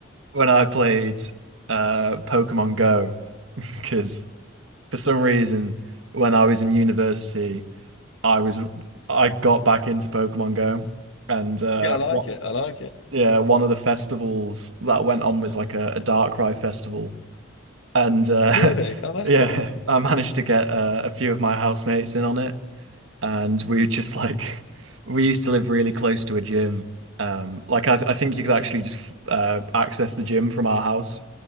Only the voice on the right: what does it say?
when I played uh, Pokemon Go, <laughs> because for some reason, when I was in university, I was I got back into Pokemon Go, and uh,
what
yeah, one of the festivals that went on was like a, a Darkrai festival, and uh,
<laughs>
yeah,
I managed to get uh, a few of my housemates in on it, and we were just like <laughs> we used to live really close to a gym. Um, like I, I think you could actually just uh, access the gym from our house,